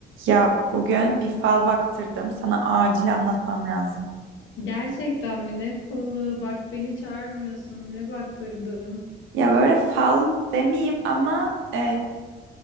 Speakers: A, on the right (about 80°); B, on the left (about 70°).
A: Ya bugün bir fal baktırdım. Sana acil anlatmam lazım.
B: Gerçekten mi? Ne balığı? Bak beni çağırmıyorsun. Ne baktırdın?
A: Ya böyle fal demeyeyim ama e,